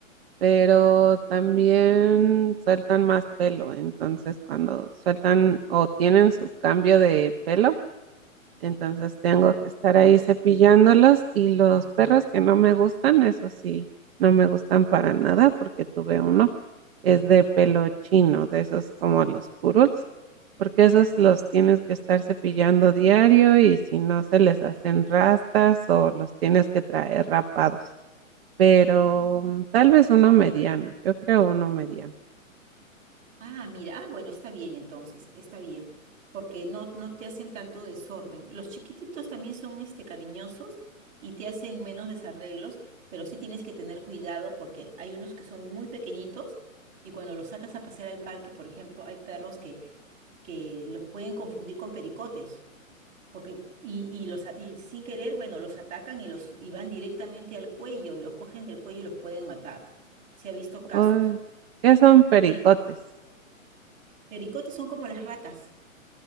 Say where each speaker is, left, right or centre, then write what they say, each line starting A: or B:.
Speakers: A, on the right (about 45°); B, on the right (about 20°).
A: pero también sueltan más pelo. Entonces, cuando sueltan o tienen su cambio de pelo, Entonces tengo que estar ahí cepillándolos y los perros que no me gustan, eso sí, no me gustan para nada porque tuve uno, es de pelo chino, de esos como los poodles, porque esos los
B: Ujú.
A: tienes que estar cepillando diario y si no se les hacen rastas o los tienes que traer rapados. Pero mm, tal vez uno mediano, yo creo uno mediano.
B: Ah, mira, ah, bueno, está bien entonces, está bien, porque no, no te hacen tanto desorden. Los chiquititos también son este, cariñosos y te hacen menos desarreglos, pero sí tienes que tener cuidado porque hay unos que son muy pequeñitos y cuando los sacas a pasear al parque, por ejemplo, hay perros que, que los pueden confundir con pericotes. Porque, y, y los, a- y sin querer, bueno, los atacan y, los, y van directamente al cuello y los cogen del cuello y los pueden matar. Se ha visto casos.
A: Ay, ¿qué son pericotes?
B: Sí, pericotes son como las ratas.